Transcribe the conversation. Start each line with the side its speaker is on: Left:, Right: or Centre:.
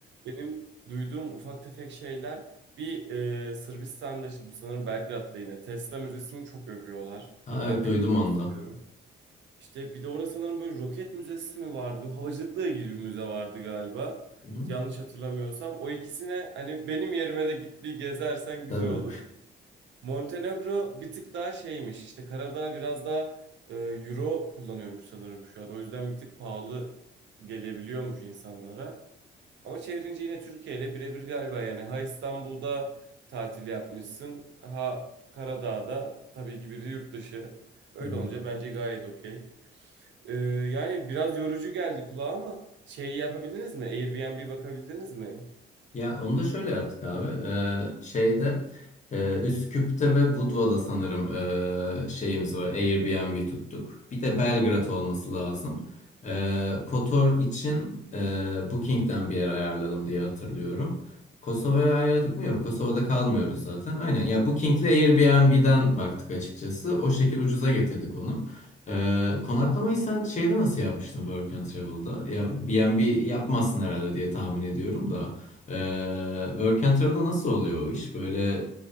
Right: Benim duyduğum ufak tefek şeyler bir e, Sırbistan'da işte bu sanırım Belgrad'da yine Tesla Müzesi'ni çok övüyorlar.
Left: Ha,
Right: Hani
Left: evet
Right: ben
Left: duydum
Right: de gitmek
Left: onu
Right: istiyorum.
Left: da.
Right: İşte bir de orada sanırım böyle roket müzesi mi vardı? Böyle havacılıkla ilgili bir müze vardı galiba.
Left: Hı hı,
Right: Yanlış hatırlamıyorsam. O ikisine hani benim yerime de git bir gezersen güzel
Left: tabii.
Right: olur. Montenegro bir tık daha şeymiş. İşte Karadağ biraz daha e, euro kullanıyormuş sanırım şu an. O yüzden bir tık pahalı gelebiliyormuş insanlara. Ama çevirince yine Türkiye ile birebir galiba. Yani ha İstanbul'da tatil yapmışsın, ha Karadağ'da tabii ki biri yurt dışı. Öyle
Left: Hmm.
Right: olunca bence gayet okey. E, yani biraz yorucu geldi kulağa ama şeyi yapabildiniz mi? Airbnb bakabildiniz mi?
Left: Ya onu da şöyle yaptık abi. Ee, şeyde e, Üsküp'te ve Budva'da sanırım e, şeyimiz var. Airbnb tuttuk. Bir de Belgrad olması lazım. Ee, Kotor için e, Booking'den bir yer ayarladım diye hatırlıyorum. Kosova'ya ayarladık mı? Yok. Kosova'da kalmıyoruz zaten. Aynen. Ya Booking'le Airbnb'den baktık açıkçası. O şekil ucuza getirdik onu. Ee, konaklamayı sen şeyde nasıl yapmıştın Work and Travel'da? Ya B&B yapmazsın herhalde diye tahmin ediyorum da. Ee, work and travel'da nasıl oluyor o iş? Böyle